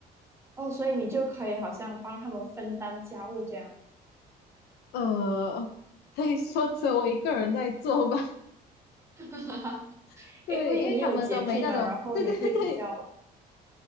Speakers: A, on the right; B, on the left.
A: 哦，所以你就可以好像帮他们分担家务这样，
B: 呃，可以说只有我一个人在做吧。
A: <laughs>
B: <laughs> 对，
A: 因为你有洁癖嘛，
B: 因为他们都没那种，
A: 然后你会比较，
B: 对对对，